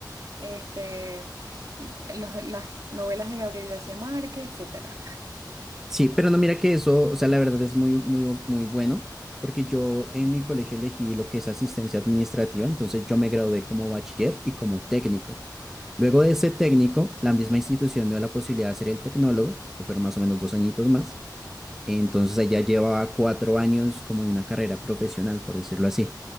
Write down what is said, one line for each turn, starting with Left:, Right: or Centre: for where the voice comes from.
Right: Este, los- las novelas de Gabriel García Márquez, etcétera.
Centre: Sí, pero no, mira que eso, o sea, la verdad es muy, muy, muy bueno, porque yo en mi colegio elegí lo que es asistencia administrativa, entonces yo me gradué como bachiller y como técnico. Luego de ese técnico, la misma institución me dio la posibilidad de hacer el tecnólogo, que fueron más o menos dos añitos más. Entonces allá llevaba cuatro años como de una carrera profesional, por decirlo así.